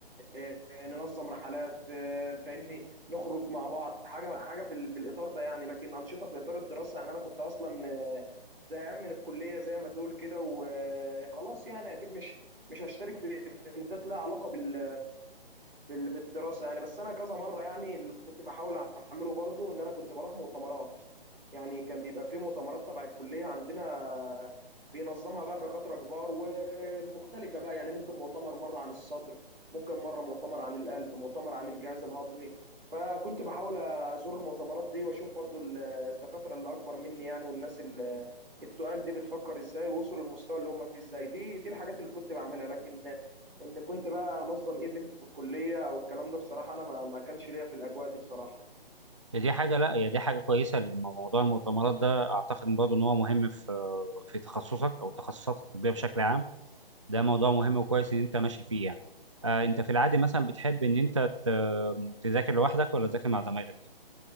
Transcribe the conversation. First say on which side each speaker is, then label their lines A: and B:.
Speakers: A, on the right; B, on the right.
A: آه، ننظم رحلات آه، فاهمني نخرج مع بعض حاجه حاجه في ال- في الاطار ده يعني لكن انشطه في اطار الدراسه يعني انا كنت اصلا زهقان من الكليه زي ما تقول كده وخلاص يعني اكيد مش مش هشترك في ايفنتات لها علاقه بال بال- بالدراسه يعني بس انا كذا مره يعني اللي كنت بحاول اعمله برضو ان انا كنت بروح مؤتمرات يعني كان بيبقى في مؤتمرات تبع الكليه عندنا بينظمها بقى دكاتره كبار ومختلفه بقى يعني ممكن مؤتمر مره عن الصدر ممكن مره مؤتمر عن القلب مؤتمر عن الجهاز الهضمي فكنت بحاول ازور المؤتمرات دي واشوف برضو ال- الدكاتره اللي اكبر مني يعني والناس اللي التقال دي بتفكر ازاي ووصلوا للمستوى اللي هم فيه ازاي دي دي الحاجات اللي كنت بعملها لكن ان كنت بقى انظم ايفنت في الكليه او الكلام ده بصراحه انا ما ما كانش ليا في الاجواء دي بصراحه
B: هي دي حاجه لا هي دي حاجه كويسه موضوع المؤتمرات ده اعتقد برضه ان هو مهم في في تخصصك او التخصصات الطبيه بشكل عام ده موضوع مهم وكويس ان انت ماشي فيه يعني آه، انت في العادي مثلا بتحب ان انت ت- تذاكر لوحدك ولا تذاكر مع زمايلك